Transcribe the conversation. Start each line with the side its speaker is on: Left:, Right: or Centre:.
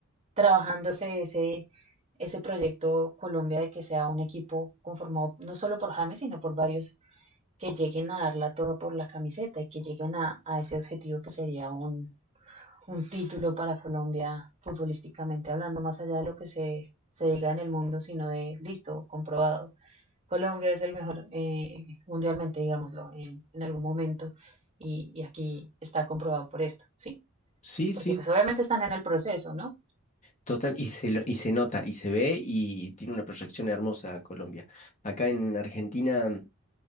Right: trabajándose ese, ese proyecto Colombia de que sea un equipo conformado no solo por James, sino por varios que lleguen a darla todo por la camiseta y que lleguen a, a ese objetivo que sería un, un título para Colombia futbolísticamente hablando, más allá de lo que se, se diga en el mundo, sino de listo, comprobado. Colombia es el mejor eh, mundialmente, digámoslo, en, en algún momento. Y, y aquí está comprobado por esto, ¿sí?
Left: Sí,
Right: Porque
Left: sí,
Right: pues obviamente están en el proceso, ¿no?
Left: total, y se, lo- y se nota, y se ve, y tiene una proyección hermosa Colombia. Acá en Argentina